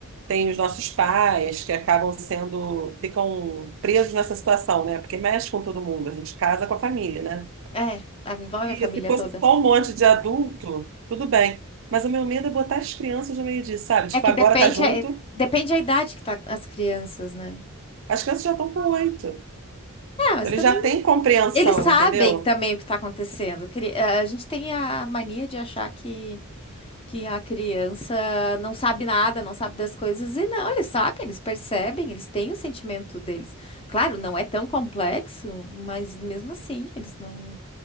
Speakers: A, on the right (about 60°); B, on the left (about 25°).
A: tem os nossos pais que acabam sendo, ficam presos nessa situação, né? Porque mexe com todo mundo, a gente casa com a família, né?
B: É, a- envolve
A: E
B: a família
A: se fosse
B: toda.
A: só um monte de adulto, tudo bem. Mas o meu medo é botar as crianças no meio disso, sabe? Tipo,
B: É que
A: agora
B: depende,
A: tá junto,
B: é- depende a idade que tá as crianças, né?
A: as crianças já estão com oito. Então,
B: É, mas
A: Eles
B: também
A: já têm compreensão,
B: Eles sabem
A: entendeu?
B: também o que está acontecendo. Cri- eh, A gente tem a mania de achar que, que a criança não sabe nada, não sabe das coisas. E não, eles sabem, eles percebem, eles têm o sentimento deles. Claro, não é tão complexo, mas mesmo assim, eles não,